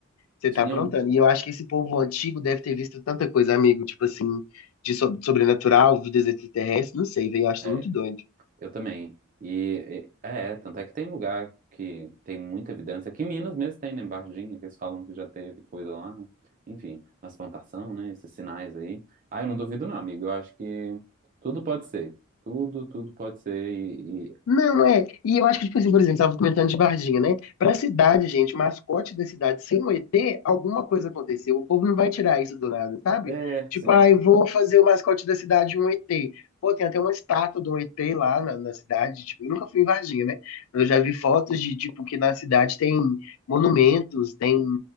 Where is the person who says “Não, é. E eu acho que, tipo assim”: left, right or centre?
Left